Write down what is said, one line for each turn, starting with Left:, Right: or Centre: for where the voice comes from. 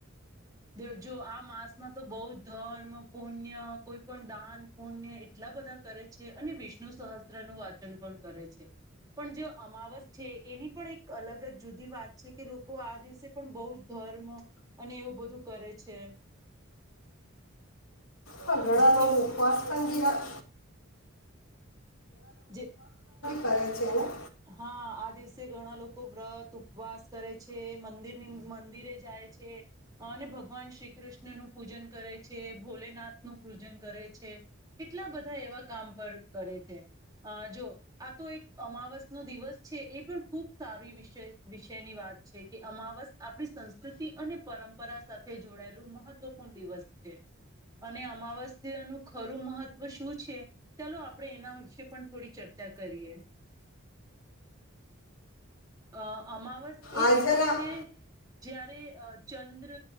Right: દેવ જો આ માસમાં તો બહુ જ ધર્મ પુણ્ય કોઈ પણ દાન પુણ્ય એટલા બધા કરે છે અને વિષ્ણુ સહસ્ત્ર નું વાચન પણ કરે છે, પણ જે અમાવસ છે એની પણ એક અલગ જ જુદી વાત છે કે લોકો આ દિવસે પણ બહુ જ ધર્મ અને એવું બધું કરે છે.
Left: હા, ઘણા
Right: જેથી લોકો
Left: ઉપવાસ પણ બી રા-
Right: જે.
Left: કરો છેન
Right: હા આ દિવસે ઘણા લોકો વ્રત ઉપવાસ કરે છે મંદિરની મંદિરે જાય છે અને ભગવાન શ્રી કૃષ્ણનું પૂજન કરે છે, ભોલેનાથ નું પૂજન કરે છે, કેટલા બધા એવા કામ પર કરે છે જો આ તો એક અમાવસ્ દ છે એ પણ ખૂબ સારી વિષ વિષયની વાત છે કે અમાવસ્યા આપણી સંસ્કૃતિ અને પરંપરા સાથે જોડાયેલું મહત્વપૂર્ણ દિવસ છે અને અમાવસ્યાનું ખરું મહત્વ શું છે ચાલો આપણે એના વિશે પણ થોડી ચર્ચા કરીએ. અહ અમાવાસ એ
Left: આજના
Right: દિવસ છે. જારે ચંદ્ર